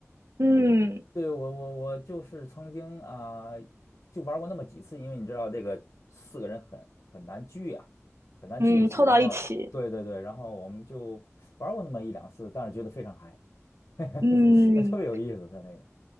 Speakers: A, on the right; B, on the left.
A: 嗯
B: 对，我我我就是曾经啊、就玩过那么几次，因为你知道这个四个人很很难聚啊，很难聚一起。
A: 嗯，凑到一起。
B: 然后对对对，然后我们就玩过那么一两次，但是觉得非常嗨，<laughs>
A: 嗯。
B: 特别有意思，他那个。